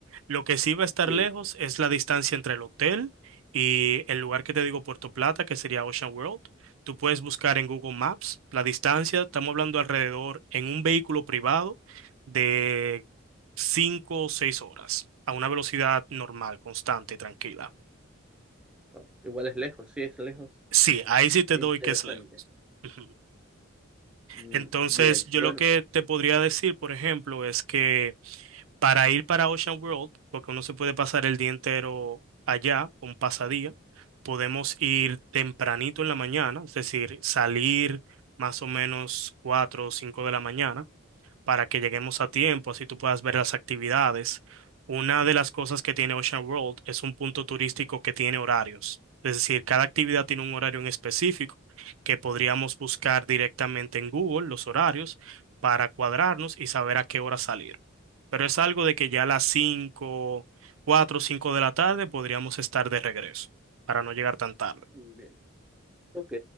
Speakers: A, on the right; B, in the centre.
A: Lo que sí va a estar
B: Sí,
A: lejos es la distancia entre el hotel y el lugar que te digo, Puerto Plata, que sería Ocean World. Tú puedes buscar en Google Maps la distancia, estamos hablando alrededor en un vehículo privado de 5 o 6 horas a una velocidad normal, constante y tranquila.
B: Ah, Igual es lejos, sí, es lejos.
A: Sí, ahí sí te
B: Interesante.
A: doy que es lejos. <laughs> Ujú.
B: Mm,
A: Entonces,
B: Bien,
A: yo
B: bueno,
A: lo que te podría decir, por ejemplo, es que para ir para Ocean World, porque uno se puede pasar el día entero allá, un pasadía, podemos ir tempranito en la mañana, es decir, salir más o menos 4 o 5 de la mañana para que lleguemos a tiempo, así tú puedas ver las actividades. Una de las cosas que tiene Ocean World es un punto turístico que tiene horarios, es decir, cada actividad tiene un horario en específico que podríamos buscar directamente en Google los horarios para cuadrarnos y saber a qué hora salir. Pero es algo de que ya a las 5, 4, o 5 de la tarde podríamos estar de regreso para no llegar tan tarde.
B: bien. Ok,